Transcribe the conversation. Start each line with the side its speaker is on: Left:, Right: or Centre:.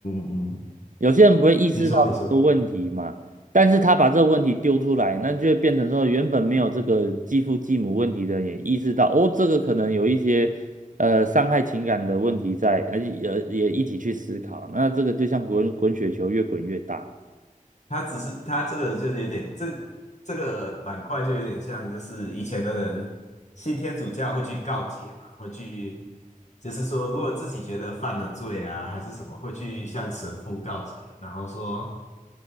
Left: 嗯，嗯
Right: 有些人不会意识到这个问题嘛，
Left: 你说你说。
Right: 但是他把这个问题丢出来，那就会变成说，原本没有这个继父继母问题的人也意识到，哦，这个可能有一些呃伤害情感的问题在，而且也也一起去思考，那这个就像滚滚雪球越滚越大。
Left: 他只是他这个就有点这这个板块就有点像，就是以前的人信天主教会去告解嘛，会去就是说，如果自己觉得犯了罪啊，还是什么，会去向神父告解，然后说，